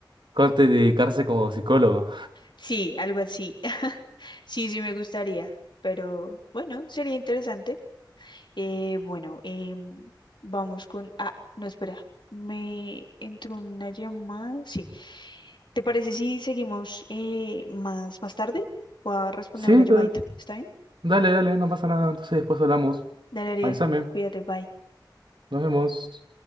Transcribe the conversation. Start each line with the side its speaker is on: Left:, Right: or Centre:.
Right: Corte dedicarse como psicólogo.
Left: Sí, algo así. <laughs> Sí, sí me gustaría, pero bueno, sería interesante. Eh, bueno, em, vamos con... Ah, no, espera, me entró una llamada. Sí. ¿Te parece si seguimos eh, más, más tarde? Voy a responder
Right: Sí,
Left: una llamadita.
Right: da-
Left: ¿Está bien?
Right: dale, dale, no pasa nada. Entonces después hablamos.
Left: Dale, Ariel.
Right: Avísame.
Left: Cuídate, bye.
Right: Nos vemos.